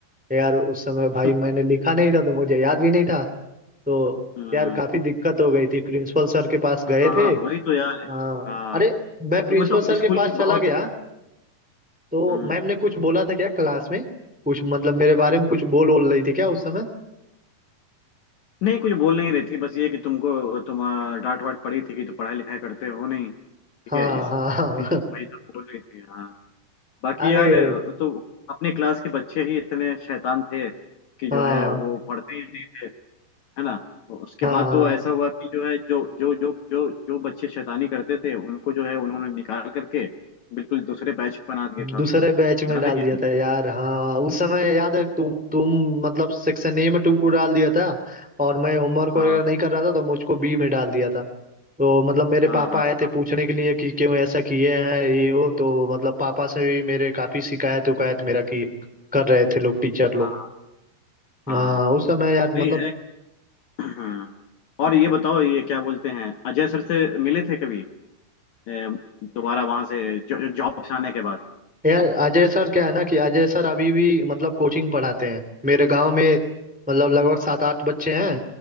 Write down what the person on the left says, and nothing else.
हम्म,
हम्म,
हाँ
वही तो यार
हाँ
तो मतलब
स्कूल
की
बहुत
हम्म,
हाँ।
नहीं कुछ बोल नहीं रही थी बस ये कि तुमको तुम अ, डांट वाट पड़ी थी कि तुम पढ़ाई लिखाई करते हो नहीं ठीक
है इसलिए
वही सब बोल रही थी हाँ बाकी
यार तो अपने क्लास के बच्चे ही इतने शैतान थे कि
जो है वो पढ़ते ही नहीं थे है ना उसके
बाद
तो ऐसा हुआ कि जो है जो जो जो जो जो बच्चे शैतानी करते थे उनको जो है उन्होंने निकाल करके बिल्कुल दूसरे बैच बना दिया था
उसका
याद
है कि
नहीं
हाँ
हाँ
हाँ
हाँ हाँ
हाँ
वही है हाँ। और ये बताओ ये क्या बोलते हैं अजय सर से मिले थे कभी अ, दोबारा वहां से जॉब से आने के बाद